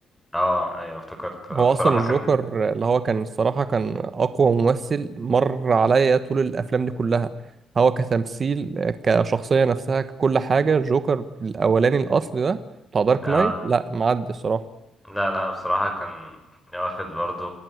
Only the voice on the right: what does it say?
هو اصلا الجوكر
اللي هو كان الصراحه كان اقوى ممثل مر عليا طول الافلام دي كلها هو كتمثيل كشخصيه نفسها ككل حاجه الجوكر الاولاني الاصلي ده بتاع دارك
نايت لا معدي الصراحه